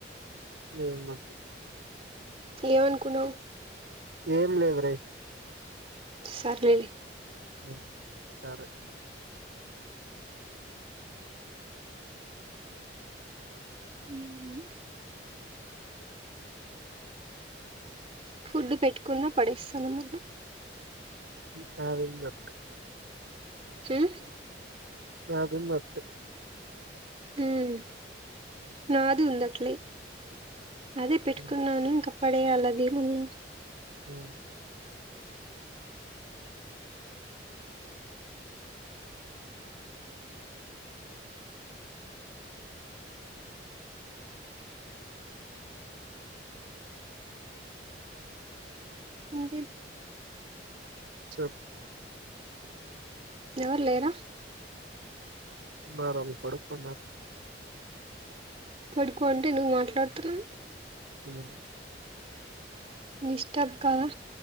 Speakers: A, on the right; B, on the right.
A: నిజం మాప్తి
B: ఏం అనుకున్నావ్
A: ఏం లేదు రేయ్
B: సర్లేలే
A: హ్మ్ సరే
B: మ్మ్ మ్మ్ ఫుడ్ పెట్టుకున్నా పడేస్సాను మొన్న
A: ఈట్ హావింగ్ లెఫ్ట్
B: హ్మ్
A: నాతో మట్టు
B: హ్మ్ నాది ఉందట్లే అదే పెట్టుకున్నాను
A: ఉమ్,
B: ఇంకా పడేయాలి అది మళ్ళ
A: హ్మ్
B: అంటే
A: చెప్ప
B: ఎవరు లేరా
A: ారాల పడుకున్నారుారు
B: పడుకో అంటే నువ్వు మాట్లాడుతున్నా
A: హ్మ్మ్
B: డిష్టబ్ కాలా